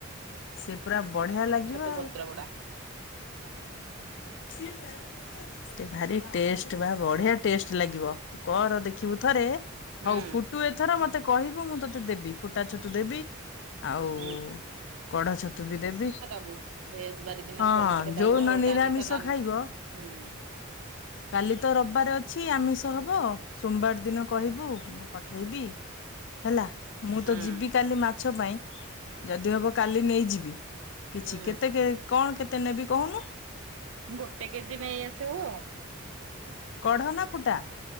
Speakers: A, on the left (about 60°); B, on the right (about 80°).
A: ସେ ପୁରା ବଢି଼ଆ ଲାଗିବ।
B: ତ
A: ଆଉ।
B: ପତ୍ର ଗଡ଼ା
A: <inaudible> ଭାରି ଟେଷ୍ଟ ବା ବଢି଼ଆ ଟେଷ୍ଟ ଲାଗିବ କର ଦେଖିବୁ ଥରେ
B: ହୁଁ
A: ହଉ ଫୁଟୁ ଏଥର ମତେ କହିବୁ ମୁଁ ତୋତେ ଦେବି ଫୁଟା ଛତୁ ଦେବି ଆଉ
B: ହୁଁ।
A: କଢ଼ ଛତୁ ବି ଦେବି
B: ବୁ ଭେଜବାରି ଦିନ
A: ହଁ
B: ଫୋନ କଲେ
A: ଯୋଉନ
B: ଦବୁ ଆଉ
A: ନିରାମିଷ
B: କାଲି ତ ନନ୍
A: ଖାଇବ
B: ହୁଁ
A: କାଲି ତ ରବିବାର ଅଛି ଆମି ଷ ହବ ସୋମବାର ଦିନ କହିବୁ ମୁଁ ପଠେଇବି ହେଲା। ମୁଁ
B: ହୁଁ।
A: ତ ଯିବି କାଲି ମାଛ ପାଇଁ ଯଦି ହବ କାଲି ନେଇଯିବି। କିଛି
B: ହୁଁ
A: କେତେ କେ କଣ କେତେ ନେବି କହୁନୁ?
B: ଗୋଟେ କେଜି ନେଇ ଆସିବୁ।
A: କଢ଼ ନା ଫୁଟା?